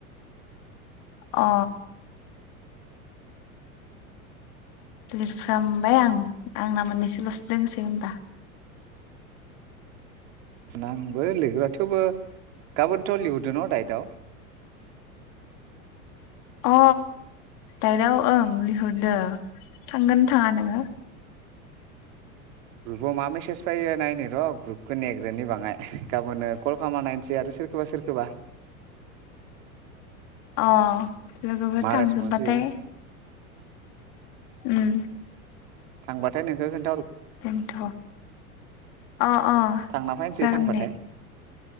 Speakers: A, on the left; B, on the right.
A: अ लिरफ्रामबाय आं आंना मोननैसल'सो दोनसै होमबा
B: आंबो लिरगोर' थेवबो गाबोनथ' लिहरदो न दाइटआव
A: अ दाइराव ओं लिहरदो थांगोन थाङा नोङो
B: ग्रुपाव मा मेसेज फैयो नायनो र' ग्रुपखो नेग्रोनि बाङाय गाबोननो कल खालामना नायसै आरो सोरखोबा सोरखोबा
A: अ लोगोफोर थांजोबबाथाय
B: रेसपन्स होयो
A: उम
B: थांबाथाय नोंखो खोन
A: मानथ' अ अ जागोन
B: थांना फैनोसै थांबाथाय
A: दे